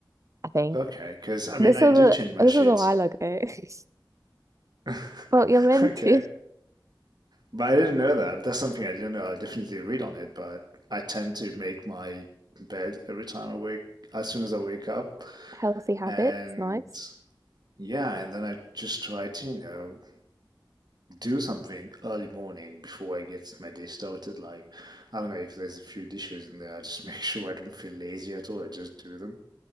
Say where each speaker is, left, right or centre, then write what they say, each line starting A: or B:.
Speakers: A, on the right; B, on the right.
A: I think.
B: Okay, because I mean,
A: This
B: I
A: was
B: do
A: a
B: change my
A: this
B: sheets.
A: was a while ago. <laughs>
B: <laughs>
A: Well, you're meant
B: Okay,
A: to.
B: but I didn't know that. That's something I didn't know. I definitely read on it, but I tend to make my bed every time I wake, as soon as I wake up,
A: Healthy habits,
B: and
A: nice.
B: yeah, and then I just try to, you know, do something early morning before I get my day started. Like, I don't know if there's a few dishes in there. I just <laughs> make sure I don't feel lazy at all. I just do them.